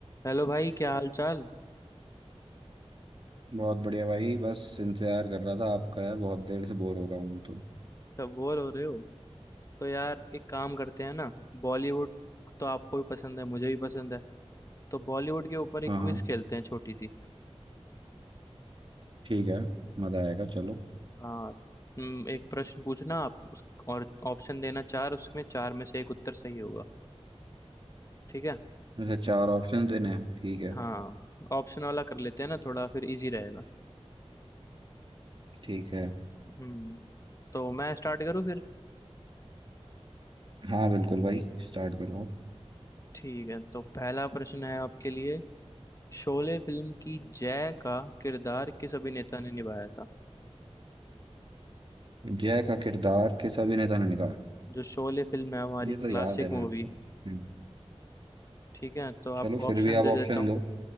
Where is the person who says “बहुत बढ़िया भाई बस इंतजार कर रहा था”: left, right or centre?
Right